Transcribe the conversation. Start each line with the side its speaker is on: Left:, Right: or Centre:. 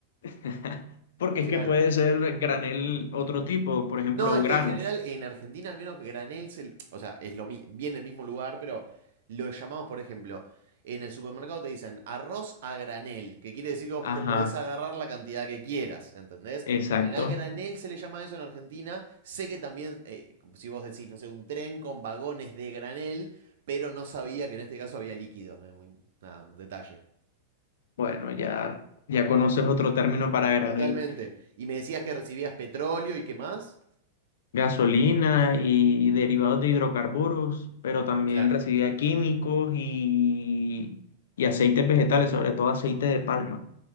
Left: <laughs> porque
Right: Claro.
Left: es que puede ser granel otro tipo, por ejemplo,
Right: No, es
Left: granos.
Right: que en general en Argentina al menos Granel, se- o sea, es lo mi- viene del mismo lugar, pero lo llamamos, por ejemplo, en el supermercado te dicen arroz a granel, que quiere decir que vos te
Left: Ajá,
Right: podés agarrar la cantidad que quieras, ¿entendés?
Left: exacto.
Right: En general granel se le llama eso en Argentina. Sé que también, eh, si vos decís, no sé, un tren con vagones de granel, pero no sabía que en este caso había líquido. es muy- nada, un detalle.
Left: Bueno, ya, ya conoces otro término para granel.
Right: Totalmente. Y me decías que recibías petróleo y qué más.
Left: Gasolina y, y derivados de hidrocarburos, pero también
Right: Claro.
Left: recibía químicos y, y aceites vegetales, sobre todo aceite de palma.